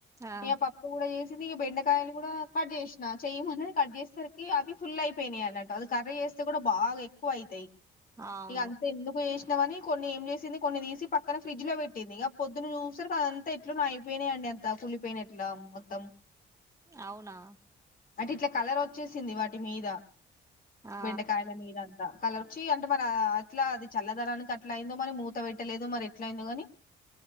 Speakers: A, on the right (about 15°); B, on the left (about 45°).
A: ఆ
B: ఇగ పప్పు కూడ చేసింది ఇగ బెండకాయలు కూడ కట్ చేసిన చెయ్యి అన్నది కట్ చేసే సరికి అవి ఫుల్ అయిపోయినాయి అన్నట్టు అది కర్రీ చేస్తే కూడ బాగ ఎక్కువ అవుతయి
A: అవును
B: ఇగ అంత ఎందుకు చేశిన అని కొన్ని ఏం చేసింది కొన్ని తీసి పక్కన ఫ్రిడ్జ్ లో పెట్టింది ఇక పొద్దున్న చూసే సరికి అదంత ఎట్లనో అయిపోయినయండి. అంత కుళ్ళిపోయినట్ల మొత్తం
A: అవున
B: అంటే ఇట్ల కలర్ ఒచ్చేసింది వాటి మీద
A: ఆ
B: బెండకాయల మీద అంత కలర్చి అంటే మరి అట్ల అది చల్లదనానికి అట్ల అయిందో మరి మూత పెట్టలేదు మరి ఎట్ల అయిందో గని